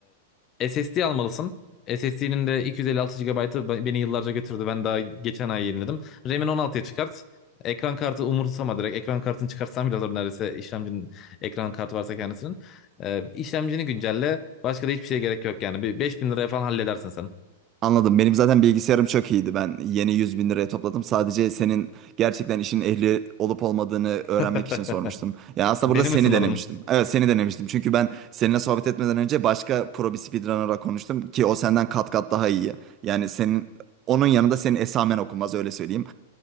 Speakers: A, on the left; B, on the right.
A: E, SSD almalısın. SSD'nin de 256 GB'ı beni yıllarca götürdü. Ben daha geçen ay yeniledim. RAM'in 16'ya çıkart. Ekran kartı umursama direkt. Ekran kartını çıkartsan bile olur neredeyse işlemcinin ekran kartı varsa kendisinin. E, işlemcini güncelle. Başka da hiçbir şeye gerek yok yani. Bir 5000 liraya falan halledersin sen.
B: Anladım. Benim zaten bilgisayarım çok iyiydi. Ben yeni yüz bin liraya topladım. Sadece senin gerçekten işin ehli olup olmadığını öğrenmek
A: <laughs>
B: için sormuştum. Ya aslında
A: Beni
B: burada seni
A: mi sınadın?
B: denemiştim. Evet seni denemiştim. Çünkü ben seninle sohbet etmeden önce başka pro bir speedrunner'la konuştum ki o senden kat kat daha iyi. Yani senin onun yanında senin esamen okunmaz öyle söyleyeyim.